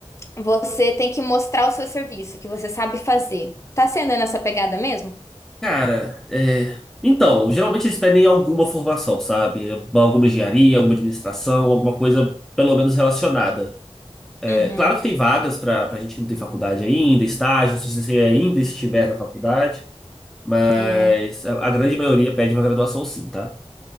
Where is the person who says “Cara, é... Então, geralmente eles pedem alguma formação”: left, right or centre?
Centre